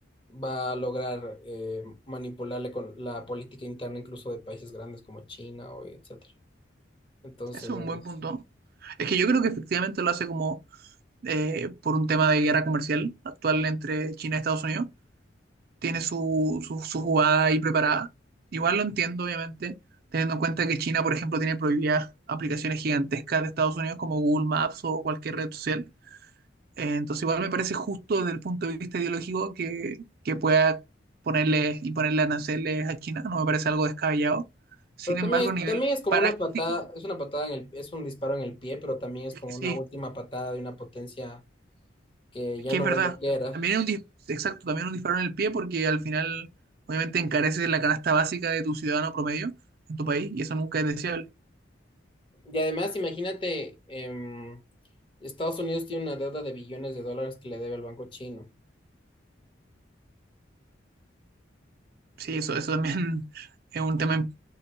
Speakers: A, on the left; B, on the right.
A: va a lograr eh, manipularle con la política interna incluso de países grandes como China o etcétera. Entonces,
B: Eso es un buen punto. Es que yo creo que efectivamente lo hace como eh, por un tema de guerra comercial actual entre China y Estados Unidos. Tiene su, su, su jugada ahí preparada. Igual lo entiendo, obviamente, teniendo en cuenta que China, por ejemplo, tiene prohibidas aplicaciones gigantescas de Estados Unidos como Google Maps o cualquier red social. Eh, entonces igual me parece justo desde el punto de vista ideológico que, que pueda ponerle y ponerle aranceles a China, no me parece algo descabellado. Sin
A: pero también,
B: embargo, a
A: es-
B: nivel
A: también es como
B: práctico,
A: una patada, es una patada en el, es un disparo en el pie, pero también es
B: es
A: como
B: que sí,
A: una última patada de una potencia que
B: es
A: ya
B: que
A: no
B: es verdad.
A: es lo que era.
B: También es un, dis- exacto, también es un disparo en el pie porque al final obviamente encareces la canasta básica de tu ciudadano promedio en tu país y eso nunca es deseable.
A: Y además, imagínate, em, Estados Unidos tiene una deuda de billones de dólares que le debe al banco chino.
B: Sí, eso, eso también <laughs> es un tema,